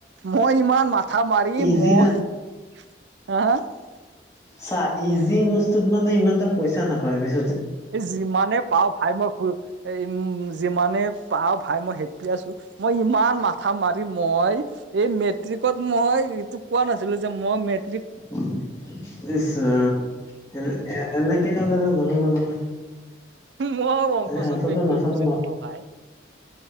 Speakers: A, on the right; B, on the left.
A: মই ইমান মাথা মাৰি
B: ইজিত
A: মই
B: আছে।
A: <unintelligible>
B: চা, ইজি বস্তুত মানে ইমানটা পইচা নাপাবি বুজ
A: এই যিমানে পাওঁ ভাই, মই উম যিমানে পাওঁ ভাই মই সেইটো- আছো মই ইমান মাথা মাৰি মই এই মেট্ৰিকত মই তোক কোৱা নাছিলোঁ যে মই মেট
B: উম ইছৰাম এনে এ এনেকে হলেটো নহব নহয়।
A: মই অংক
B: হে
A: চংক
B: তইতো
A: একোৱেই
B: মাথাটো
A: বুজি
B: মাৰ
A: নাপাওঁ ভাই